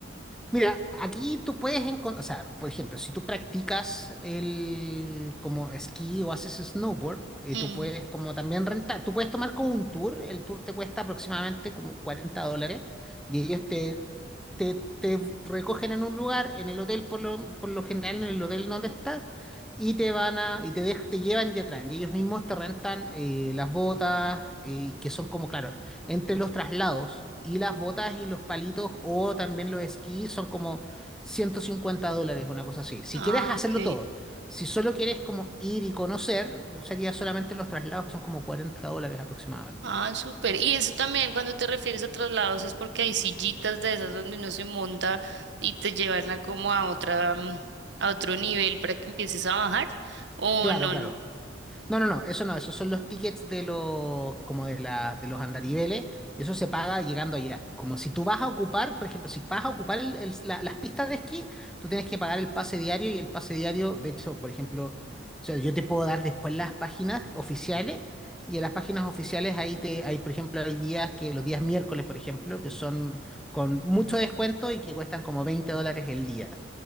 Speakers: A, in the centre; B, on the right (about 65°).
A: Mira, aquí tú puedes encontrar, o sea, por ejemplo, si tú practicas el como esquí o haces snowboard, eh,
B: Mm.
A: tú puedes como también rentar, tú puedes tomar como un tour, el tour te cuesta aproximadamente como 40 dólares y ellos te, te, te recogen en un lugar, en el hotel por lo, por lo general, en el hotel donde estás, y te van a, y te, dej- te llevan y te traen, y ellos mismos te rentan eh, las botas, eh, que son como, claro entre los traslados y las botas y los palitos o también los esquís son como 150 dólares, una cosa así. Si
B: Ah,
A: quieres hacerlo
B: ok.
A: todo, si solo quieres como ir y conocer, sería solamente los traslados que son como 40 dólares aproximadamente.
B: Ah, súper. Y eso también cuando te refieres a traslados es porque hay sillitas de esas donde uno se monta y te llevan a como a otra, mm, a otro nivel para que empieces a bajar. O
A: Claro,
B: no.
A: claro. No, no, no, eso no, esos son los tickets de los, como de la, de los andariveles, y eso se paga llegando allá. Como si tú vas a ocupar, por ejemplo, si vas a ocupar el- el- la- las pistas de esquí, tú tienes que pagar el pase diario y el pase diario, de hecho, por ejemplo, o sea, yo te puedo dar después las páginas oficiales, y en las páginas oficiales ahí te, hay, por ejemplo, hay días que, los días miércoles, por ejemplo, que son con mucho descuento y que cuestan como 20 dólares el día.